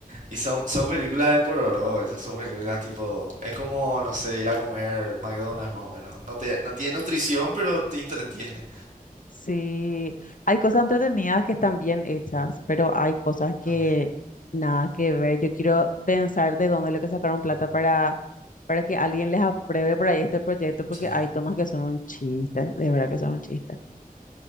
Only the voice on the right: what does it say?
Y son, son películas de pororó, esas son películas tipo, es como, no sé, ir a comer McDonald's más o menos. No te, no tiene nutrición, pero te entretiene
también.
Sí.